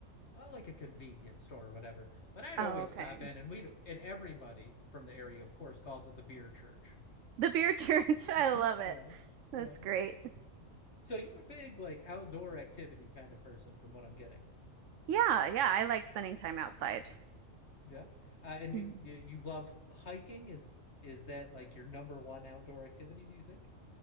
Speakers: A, on the left (about 55°); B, on the right (about 70°).
A: uh, like a convenience store or whatever. But I'd
B: Oh,
A: always
B: okay.
A: stop in, and we and everybody from the area, of course, calls it the beer church.
B: The beer <laughs> church. I
A: <laughs>
B: love it.
A: Yeah,
B: That's
A: yeah.
B: great.
A: So you're a big like outdoor activity kind of person, from what I'm getting.
B: Yeah, yeah, I like spending time outside.
A: Yeah, uh, and
B: Mhm.
A: you you you love hiking. Is is that like your number one outdoor activity? Do you think?